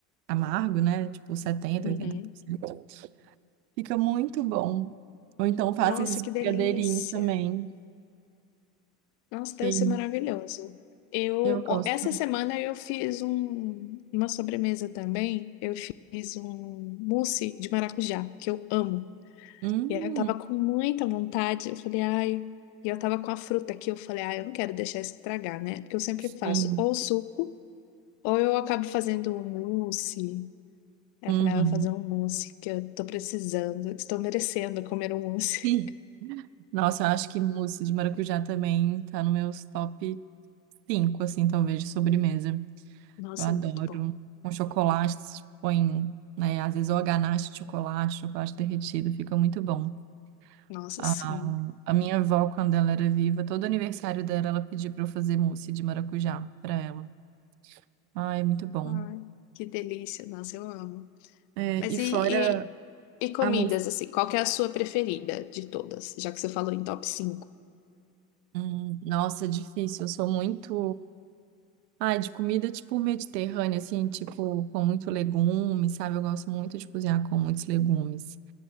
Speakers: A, on the right; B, on the left.
A: amargo, né? Tipo setenta
B: Uhum.
A: oitenta por cento Fica muito bom. Ou então faço
B: Nossa,
A: esses
B: que
A: brigadeirinhos
B: delícia!
A: também.
B: Nossa, deve
A: Sim,
B: ser maravilhoso. Eu,
A: eu gosto.
B: ó, essa semana eu fiz um- uma sobremesa também. Eu fiz um mousse de maracujá, que eu amo.
A: Hum,
B: E aí eu tava com muita vontade, eu falei, ai. E eu tava com a fruta aqui, eu falei, ai, eu não quero deixar isso estragar, né? Porque eu sempre
A: sim.
B: faço ou suco, ou eu acabo fazendo um mousse. Aí
A: Uhum.
B: eu falei, ah, eu vou fazer um mousse, que eu tô precisando, estou merecendo comer um mousse.
A: Ih, Nossa, eu acho que mousse de maracujá também tá no meus top 5 assim, talvez, de sobremesa.
B: <laughs> Nossa,
A: Eu adoro.
B: é muito bom.
A: Com chocolate, se põe, né, às vezes ou a ganache de chocolate, chocolate derretido, fica muito bom.
B: Nossa,
A: A,
B: sim.
A: a minha avó, quando ela era viva, todo aniversário dela, ela pedia pra eu fazer mousse de maracujá pra ela. Ah, é muito bom.
B: Ai, que delícia, nossa, eu amo.
A: É,
B: Mas
A: e
B: e,
A: fora
B: e, e comidas,
A: a mousse.
B: assim, qual que é a sua preferida de todas? Já que você falou em top cinco
A: Hum, nossa, é difícil. Eu sou muito. Ai, de comida tipo mediterrânea, assim, tipo, com muito legume, sabe? Eu gosto muito de cozinhar com muitos legumes.